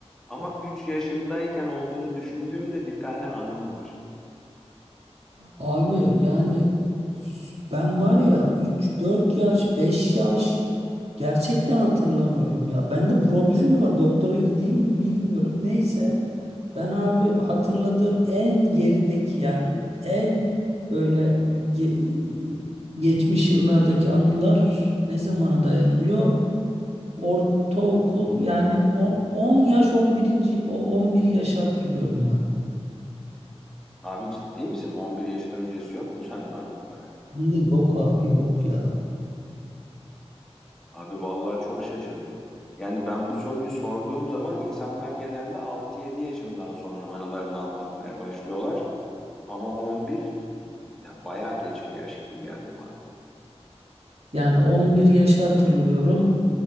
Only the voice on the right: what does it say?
Abi yani ben var ya 3 4 yaş, 5 yaş gerçekten hatırlamıyorum ya. Bende problem mi var? Doktora gideyim mi bilmiyorum. Neyse ben abi hatırladığım en gerideki yani en böyle ge- geçmiş yıllardaki anılar ne zamana dayanıyor? Ortaokul yani 10, 10 yaş 11. o 11 yaşı hatırlıyorum ben.
Ben de yok abi yok ya.
Yani 11 yaşı hatırlıyorum.